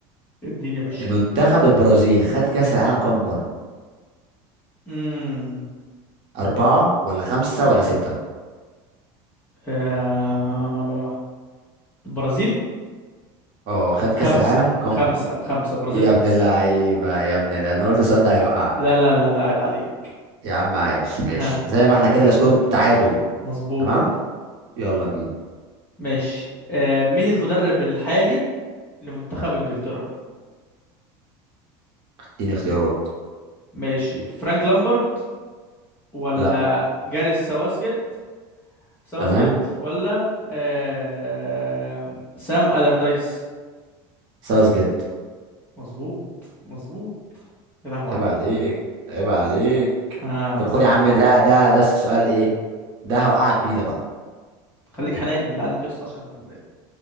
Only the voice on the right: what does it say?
منتخب البرازيل خد كاس العالم كم مره
اربعه ولا خمسه ولا سته
اه خد كاس
العالم كم
مره
يا
ابن اللعيبه يا ابن اللعيبه انا قلت السؤال ده هيوقعك
يا عم عايش ماشي
زي ما احنا كده السكور تعادل
تمام يلا بينا
اديني اختيارات
لا
تمام
ساوث جيت
عيب
عليك عيب عليك
طب خد يا عم ده ده ده السؤال ايه ده هوقعك بيه ده بقى